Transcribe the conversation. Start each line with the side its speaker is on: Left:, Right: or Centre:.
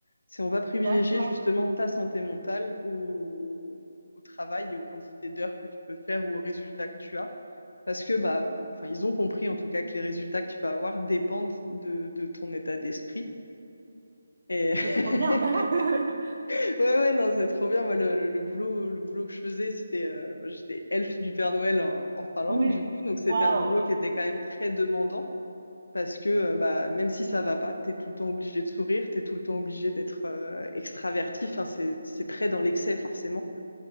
Left: C'est on va privilégier
Right: D'accord,
Left: justement ta santé mentale au, au travail et aux quantités d'heures que tu peux faire ou aux résultats que tu as. Parce que bah, enfin, ils ont compris en tout cas que les résultats que tu vas avoir dépendent de, de ton état d'esprit. Et
Right: c'est
Left: <laughs>
Right: trop bien. <laughs>
Left: ouais, ouais, non, c'est trop bien. Moi, le, le- le boulot, le boulot que je faisais, c'était, euh, j'étais elfe du Père Noël en, en Finlande,
Right: Oui,
Left: du coup. Donc, c'était
Right: waouh,
Left: un boulot qui était quand même très demandant parce que, euh, bah, même si ça va pas, t'es tout le temps obligé de sourire, t'es tout le temps obligé d'être euh, extraverti. Enfin, c'est, c'est très dans l'excès, forcément,